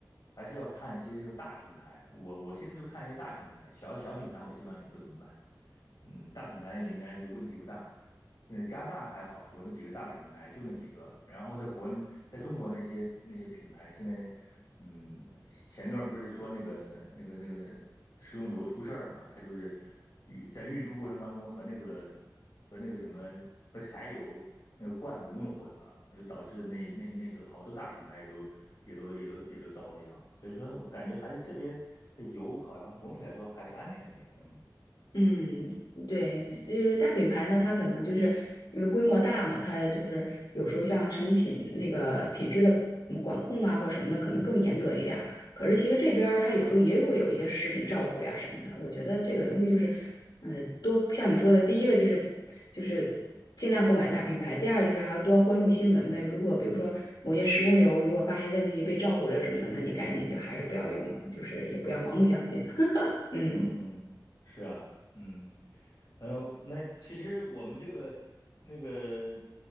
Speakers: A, on the left; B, on the left.
A: 还是要看一些这种大品牌。我我现在就看一些大品牌，小小品牌我基本上也不怎么买。嗯，大品牌也应该是问题不大。那加拿大还好说，那几个大的品牌就那几个。然后在国，在中国那些那些品牌，现在，嗯，前段不是说那个那个那个食用油出事儿嘛？它就是运在运输过程当中和那个和那个什么和柴油那个罐子弄混了，那就导致那那那个好多大品牌也都也都也都也都遭了殃。所以说我感觉还是这边的油好像总体来说还是安全一点，嗯。
B: 嗯，对，这就是大品牌呢，它可能就是因为规模大嘛，它就是有时候像成品那个品质的嗯管控啊或者什么的，可能更严格一点儿。可是其实这边儿它有时候也会有一些食品召回啊什么的。我觉得这个东西就是，嗯、多像你说的，第一个就是就是尽量购买大品牌，第二就是还要多关注新闻呗。如果比如说某些食用油如果发现问题被召回了什么的，那你赶紧就还是不要用了，就是也不要盲目相信。嗯。
A: 嗯，是啊，嗯，还有那其实我们这个那个，